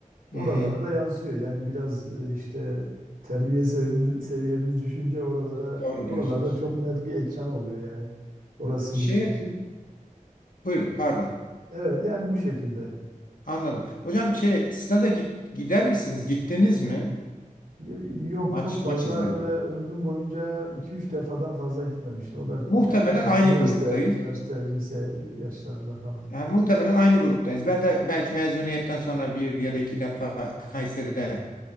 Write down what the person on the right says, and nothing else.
Oralara da yansıyor. Yani biraz e, işte terbiye seviyemiz, seviyemiz düşünce oralara
oralarda
çok net bir ekran oluyor yani. Orası
bizim için.
Evet yani bu şekilde.
Y- Yok
çok fazla
böyle ömrüm boyunca iki üç defadan fazla gitmemiştim. O da ge-
genelde
üniversite,
üniversite ve lise yaşlarında falan.